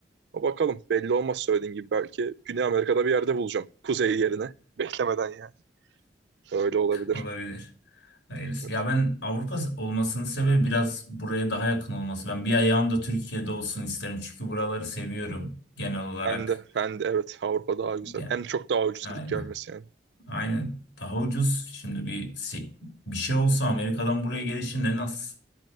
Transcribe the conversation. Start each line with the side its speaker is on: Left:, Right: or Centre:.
Right: Ama bakalım belli olmaz söylediğin gibi belki Güney Amerika'da bir yerde bulacağım. Kuzey yerine. <laughs> Beklemeden yani. Öyle olabilir.
Left: Olabilir. Hayırlısı.
Right: Evet.
Left: Ya ben Avrupa olmasının sebebi biraz buraya daha yakın olması. Ben bir ayağım da Türkiye'de olsun isterim. Çünkü buraları seviyorum genel olarak.
Right: Ben de, ben de evet Avrupa daha güzel.
Left: Ya,
Right: Hem çok daha ucuz
Left: aynen.
Right: gidip gelmesi yani.
Left: Aynen. Daha ucuz. Şimdi bir se- bir şey olsa Amerika'dan buraya gelişin en az